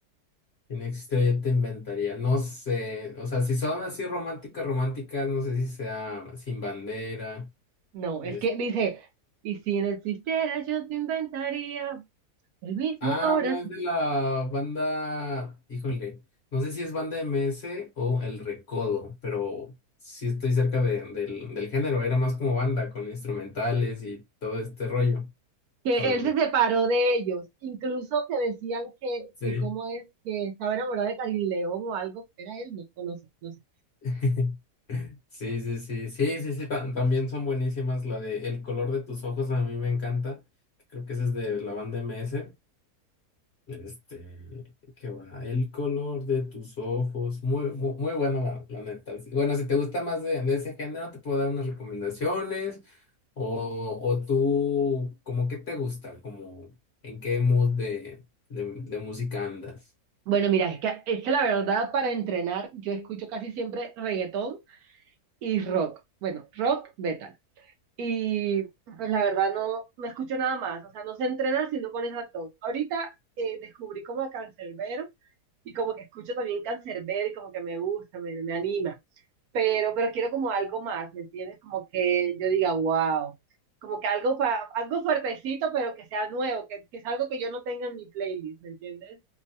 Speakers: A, on the left; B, on the right.
A: En extra yo te inventaría, no sé, o sea, si son así románticas, románticas, no sé si sea Sin Bandera.
B: No,
A: es-
B: es que dice, y si no existiera yo te inventaría el mismo
A: Ah,
B: corazón.
A: no, es de la banda, híjole, no sé si es banda MS o El Recodo, pero sí estoy cerca de- del, del género, era más como banda, con instrumentales y todo este rollo,
B: Que
A: con,
B: él se separó de ellos, incluso que decían que,
A: sí.
B: que cómo es, que estaba enamorado de Karim León o algo, era él, no, o no sé, no sé.
A: <laughs> Sí, sí, sí, sí, sí, sí, ta- también son buenísimas. La de El color de tus ojos a mí me encanta. Creo que esa es de la banda MS. Este, ¿qué va? El color de tus ojos. Muy, muy, muy bueno, la, la neta. Sí, Bueno, si te gusta más de, de ese género, te puedo dar unas recomendaciones. O, o tú, cómo qué te gusta? Como en qué mood de, de, de música andas.
B: Bueno, mira, es que, es que la verdad para entrenar yo escucho casi siempre reggaetón y rock. Bueno, rock metal. Y pues la verdad no, no escucho nada más, o sea, no sé entrenar sino con esas dos. Ahorita eh, descubrí como a Cancerbero y como que escucho también Cancerbero y como que me gusta, me, me anima. Pero, pero quiero como algo más, ¿me entiendes? Como que yo diga, wow, como que algo, pa- algo fuertecito, pero que sea nuevo, que, que es algo que yo no tenga en mi playlist, ¿me entiendes?